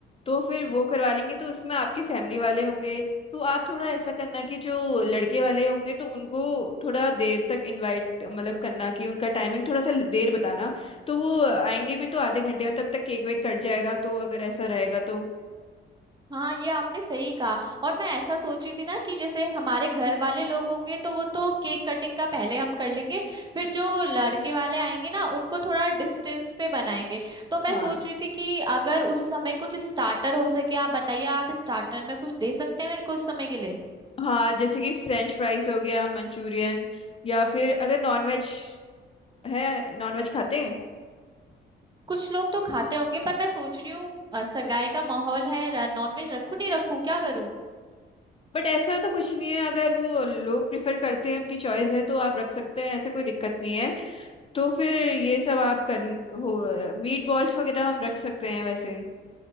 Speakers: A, on the left; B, on the right.
A: तो फिर वो करवा लेंगे तो उसमें आपके फैमिली वाले होंगे तो आप थोड़ा ऐसा करना कि जो लड़के वाले होंगे तो उनको थोड़ा देर तक इनवाइट मतलब करना कि उनका टाइमिंग थोड़ा सा देर बताना तो वो आएंगे भी तो आधे घंटे और तब तक केक वेक कट जाएगा तो अगर ऐसा रहेगा तो
B: हाँ ये आपने सही कहा और मैं ऐसा सोची थी ना कि जैसे हमारे घर वाले लोग होंगे तो वो तो केक कटिंग का पहले हम कर लेंगे फिर
A: हम्म।
B: जो लड़के वाले आएंगे ना उनको थोड़ा डिस्टेंस पे बनाएंगे तो मैं
A: हाँ
B: सोच रही थी कि अगर उस समय कुछ स्टार्टर हो सके आप बताइए आप स्टार्टर में कुछ दे सकते हैं मेरे को उस समय के लिए
A: हाँ जैसे कि फ्रेंच फ्राइज हो गया मंचूरियन या फिर अगर नॉन वेज है नॉन वेज खाते हैं
B: कुछ लोग तो खाते होंगे पर मैं सोच रही हूँ अ, सगाई का माहौल है नॉनवेज रखूं नहीं रखूं क्या करूं
A: बट ऐसा तो कुछ नहीं है अगर वो लोग प्रिफर करते हैं उनकी चॉइस है तो आप रख सकते हैं ऐसे कोई दिक्कत नहीं है तो फिर ये सब आप कर ली- हो मीट बॉल्स वगैरह हम रख सकते हैं वैसे